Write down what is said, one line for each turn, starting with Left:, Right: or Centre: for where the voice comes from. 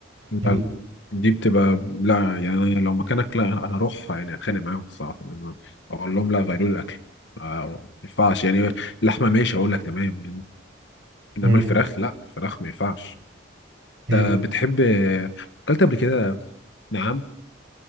Left: لا
Right: مم.
Left: لا. دي بتبقى لا يعني أنا لو مكانك لا انا اروح يعني اتخانق معاهم الصراحه اقول لهم لا غيروا لي الاكل آه، ما ينفعش يعني لحمه ماشي اقول لك تمام انما
Right: مم.
Left: الفراخ لا الفراخ ما ينفعش
Right: مم.
Left: انت بتحب اكلت قبل كده نعم